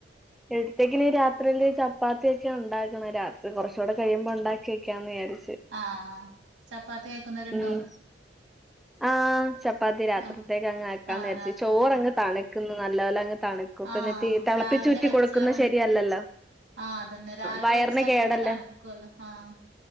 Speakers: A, in the centre; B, on the right.
A: എടുത്തേക്കില് രാത്രില് ചപ്പാത്തിയൊക്കെ ഉണ്ടാക്കണം. രാത്രി കുറച്ചൂടെ കഴിയുമ്പോ ഉണ്ടാക്കി വക്കാന്ന് വിചാരിച്ച്
B: ആഹ് ചപ്പാത്തി കഴിക്കുന്നവരുണ്ടോ?
A: ഉം ആഹ് ചപ്പാത്തി രാത്രി
B: ആഹ്
A: തേക്ക് അങ്ങ് ആക്കാന്ന്
B: ആഹ്
A: രാച്ച്
B: രാത്രിക്കല്ലേ
A: ച്ചോറങ്ങ് തണ് നല്ലോലങ്ങ് തണുക്കും
B: ആഹ്
A: ന്നട്ടീ തെളപ്പിച്ചൂറ്റി
B: രാവിലെ വെച്ചാ
A: കൊടുക്കുന്ന
B: പിന്നെ
A: ശരിയല്ലല്ലോ
B: ആഹ് അതന്നെ രാവിലെ
A: വയറിന്
B: വെച്ചാ
A: കേടല്ലേ
B: പിന്നെ തണുക്കുവല്ലോ ആഹ്